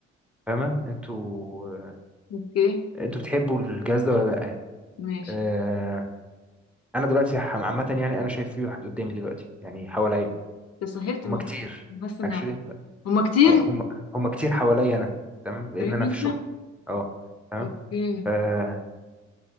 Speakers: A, in the centre; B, on the left (about 50°).
A: فاهمه انتوا آه،
B: اوكي
A: انتوا بتحبوا الجهاز ده ولا لا
B: ماشي
A: آه انا دلوقتي ح- عامه يعني انا شايف في واحد قدامي دلوقتي يعني حواليا
B: تسهلت الموضوع.
A: هما كتير
B: بس نعلم
A: اكشلي
B: هما كتير
A: او هم هما هما كتير حواليا انا تمام لان
B: عليك
A: انا
B: انت
A: في الشغل اه تمام
B: اوكي
A: آه،